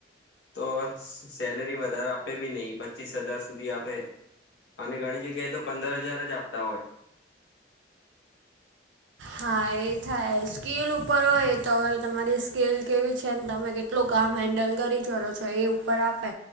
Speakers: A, on the left (about 75°); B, on the right (about 80°).
A: તો સેલરી વધારે આપે બી નહી પચીસ હજાર સુધી આપે અને ઘણી જગ્યાએ તો પંદર હજાર જ આપતા હોય.
B: હા એ થાય સ્કીલ ઉપર હોય તો હવે વળી તમારી સ્કીલ કેવી છે ને તમે કે કેટલું કામ હેન્ડલ કરી ચરો છો એ ઉપર આપે.